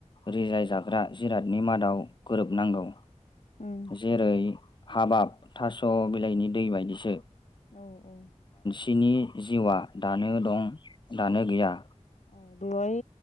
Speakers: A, on the left (about 40°); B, on the left (about 70°).
A: रिजाय जाग्रा जिरादनि मादाव गोरोबनांगौ।
B: उम
A: जेरै हाबाब थास' बिलाइनि दै बायदिसो।
B: औ औ।
A: सिनि जिउआ दानो दं दानो गैया।
B: औ बेवहाय